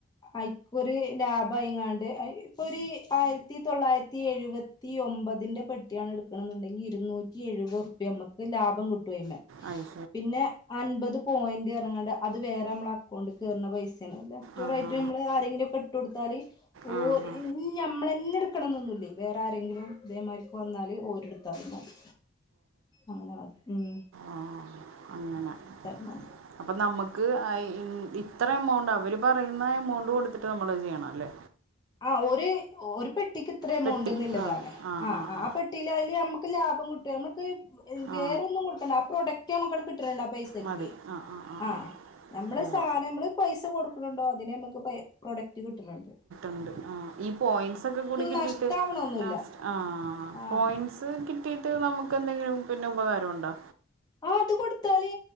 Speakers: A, on the left; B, on the right.
A: അഐക്കൊരു ലാഭംമായിങ്ങാണ്ട് ഇപ്പൊ ഒരു ആയിരത്തി തൊള്ളായിരത്തി എഴുപത്തി ത്തി ഒമ്പതിൻ്റെ പെട്ടിയാണ് എടുക്കണ എന്നുണ്ടെങ്കിൽ ഇരുന്നൂറ്റി എഴുപത് റുപ്യ നമുക്ക് ലാഭം കിട്ടോയ്മേ
B: ആഹ്
A: പിന്നെ അൻപത് പോയിന്റ് ഇറങ്ങാണ്ട് അത് വേറെ നമ്മള അക്കൗണ്ടിൽ കയറുന്ന പൈസയാണ് ലെഫ്റ്റ്
B: ആ
A: റൈറ്റ്
B: ആ
A: റ്റും നമ്മള് ആരെങ്കിലൊക്കെ ഇട്ട് കൊടുത്താല് ഓഹ്
B: ആ ആ ആ
A: ഇ നമ്മളന്നെ എടുക്കണം എന്നൊന്നുല്ലേ വേറെ ആരെങ്കിലും ദേ മാരിക്ക് വന്നാല് ഓരെടുത്താലും മതി അങ്ങനെ അത് ഉം
B: ആഹ് അങ്ങനെ
A: എടുത്താലും മതി
B: അപ്പൊ നമുക്ക് ഇത്ര എമൗണ്ട് അവര് പറയുന്ന എമൗണ്ട് കൊടുത്തിട്ട് നമ്മൾ ചെയ്യണം അല്ലേ
A: ആഹ് ഒര് ഒരു പെട്ടിക്ക് ഇത്ര എമൗണ്ട്
B: പെട്ടി
A: എന്നുള്ളതാണ്
B: ആ ആ
A: ആഹ്
B: ആ
A: ആഹ്
B: ആ
A: പെട്ടിൽ അതില് നമുക്ക് ലാഭം കിട്ടും നമ്മക്ക് വേറൊന്നും
B: ആ
A: കൊടുക്കണ്ട ആഹ് പ്രൊഡക്റ്റ് നമുക്കങ്ങട്ട് കിട്ടേണ്ട് ആഹ് പൈസ തക്കി
B: മതി ആ ആ ആ
A: ആഹ്
B: ആ
A: നമ്മള
B: ഉവ്വ
A: സാന നമ്മള് പൈസ കൊടുക്കുണുണ്ടോ അതിനെ നമുക്ക് പെയ് പ്രൊഡക്ട് കിട്ട്ണ് ണ്ട്.
B: ണ്ട് ആഹ് ഈ പോയിന്റ്സ് ഒക്കെ കൂടി കിട്ടീട്ട്
A: നഷ്ടാവണൊന്നുല്ല
B: ലാസ്റ്റ് ആഹ്
A: ആഹ്
B: പോയിന്റ്സ് കിട്ടിയിട്ട് നമുക്ക് എന്തെങ്കിലും പിന്നെ ഉപകാരം ഉണ്ടോ?
A: ആഹ് അത് കൊടുത്താല്